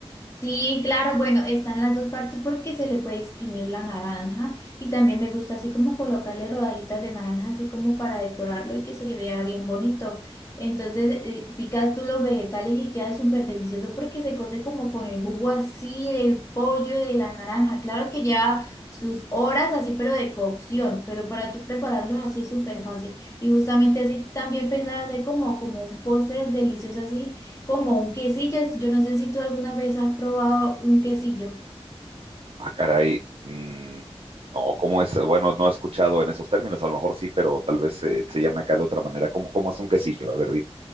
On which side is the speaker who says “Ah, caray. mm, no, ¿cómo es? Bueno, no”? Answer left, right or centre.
Right